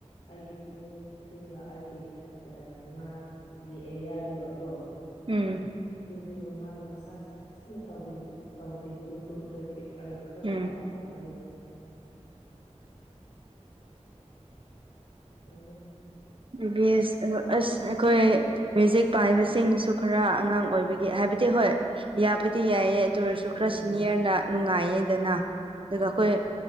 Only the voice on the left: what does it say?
ꯑꯩꯒꯤ ꯀꯣꯛꯁꯤꯡꯒ ꯑꯩꯒꯤ ꯉꯥꯥꯛꯒꯤ ꯑꯦꯔꯤꯌꯥꯗꯨꯒ ꯀꯣ
ꯑꯗꯨꯨꯁꯤꯡꯗꯣ ꯃꯥꯅ ꯃꯁꯥ ꯐꯖꯅ ꯇꯧꯕꯕ ꯇꯧꯕꯤꯕ ꯃꯇꯨꯡꯗꯒꯤ ꯑꯩ ꯈꯔ
ꯐꯕ ꯐꯕꯅꯦ ꯎꯝ ꯅꯦ
ꯎꯝ
ꯎꯝ
ꯎꯝ